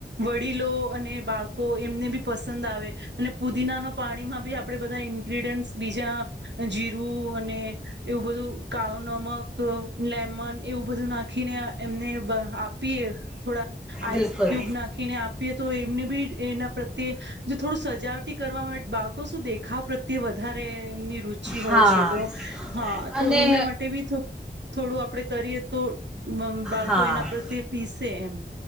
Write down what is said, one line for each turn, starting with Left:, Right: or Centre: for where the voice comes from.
Right: વડીલો અને બાળકો એમને બી પસંદ આવે, અને પુદીના ન પાણી માં બી આપણે બધા ઈન્ગ્રીડિયન્ટસ બીજા જીરું અને એવું બધું કાળો નમક લેમન. એવું બધું નાખીને એમને આપ આપીએ થોડા આઈસ
Centre: બિલકુલ
Right: ક્યુબ નાખીને આપીએ તો એમને બી એના પ્રત્યે, થોડું સજાવટી કરવા માટે બાળકો શું દેખાવ પ્રત્યે તે વધારે એમની ર ઓછ
Centre: હા
Right: હોય છે તો, હા તો
Centre: અને
Right: એના માટે બી થોડું આપડ કરીએ તો બાળકો
Centre: હા,
Right: એના પ્રત્યે પીસે એમ